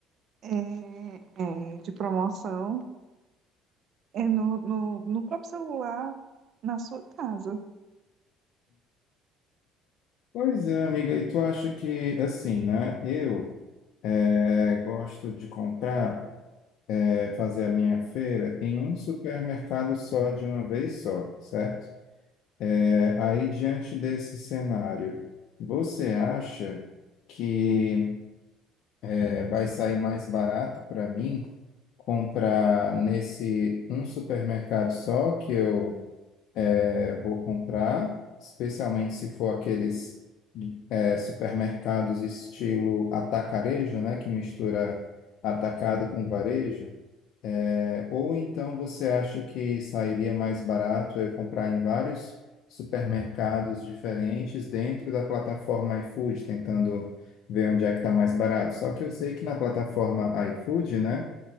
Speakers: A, on the right; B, on the left.
A: é, é, de promoção, é no, no, no próprio celular, na sua casa.
B: Pois é, amiga, e tu acha que, assim, né? Eu É, gosto de comprar, é, fazer a minha feira em um supermercado só, de uma vez só, certo? É, aí, diante desse cenário, você acha que é, vai sair mais barato para mim comprar nesse um supermercado só que eu é, vou comprar, especialmente se for aqueles é, supermercados estilo atacarejo, né, que mistura atacado com varejo? É, Ou então você acha que sairia mais barato eu comprar em vários supermercados diferentes dentro da plataforma iFood, tentando ver onde é que está mais barato. Só que eu sei que na plataforma iFood, né,